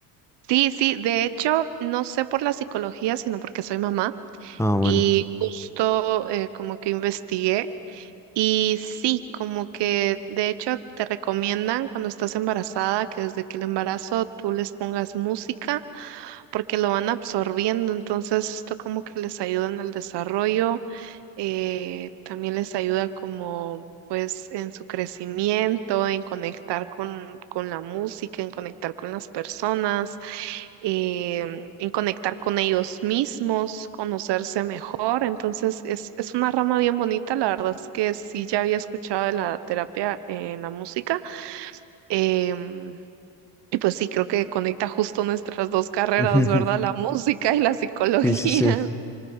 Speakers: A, on the right; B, in the centre.
A: Sí, sí, de hecho, no sé por la psicología, sino porque soy mamá
B: Ah, bueno.
A: y justo eh, como que investigué y sí, como que de hecho te recomiendan cuando estás embarazada que desde que el embarazo tú les pongas música porque lo van absorbiendo, entonces esto como que les ayuda en el desarrollo, eh, también les ayuda como pues en su crecimiento, en conectar con, con la música, en conectar con las personas eh, en conectar con ellos mismos, conocerse mejor. Entonces, es, es una rama bien bonita. La verdad es que sí, ya había escuchado de la terapia en la música. em, y pues sí, creo que conecta justo nuestras dos carreras,
B: <laughs>
A: ¿verdad? La música y la psicología.
B: Sí, sí, sí.
A: <laughs>